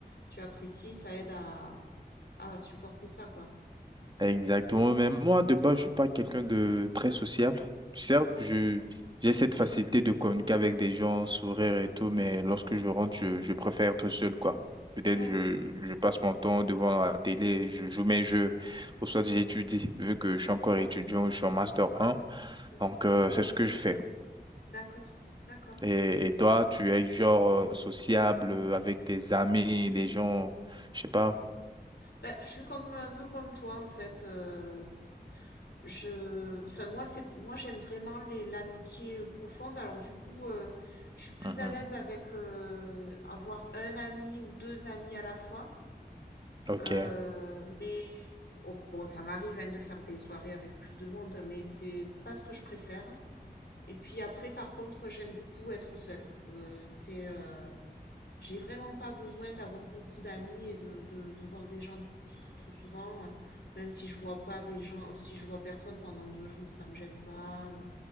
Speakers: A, on the left; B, on the right.
A: tu apprécies, ça aide à, à supporter ça, quoi.
B: Exactement. Mais moi, de base, je suis pas quelqu'un de très sociable. Certes,
A: Ouais,
B: je, j'ai cette facilité de communiquer avec des gens, sourire et tout, mais lorsque je rentre, je, je préfère être seul, quoi. Peut-être
A: ouais.
B: je, je passe mon temps devant la télé, je joue mes jeux, ou soit j'étudie, vu que je suis encore étudiant, je suis en master un
A: mhm.
B: Donc, euh, c'est ce que je fais.
A: D'accord, d'accord.
B: Et, et toi, tu es genre euh, sociable euh, avec tes amis, des gens, je sais pas.
A: Bah, je suis comme un peu comme toi en fait. euh, Je, enfin moi c'est, moi j'aime vraiment les l'amitié euh, profonde. Alors du coup, euh, je suis plus
B: Mhm.
A: à l'aise avec euh, avoir un ami ou deux amis à la fois.
B: Ok.
A: Euh, mais oh, bon, ça m'arrive hein, de faire des soirées avec plus de monde, mais c'est pas ce que je préfère. Et puis après, par contre, j'aime beaucoup être seule. Euh, c'est euh, j'ai vraiment pas besoin d'avoir beaucoup d'amis et de, de, de voir des gens t- trop souvent, même si je vois pas des gens, si je vois personne pendant deux jours, ça me gêne pas.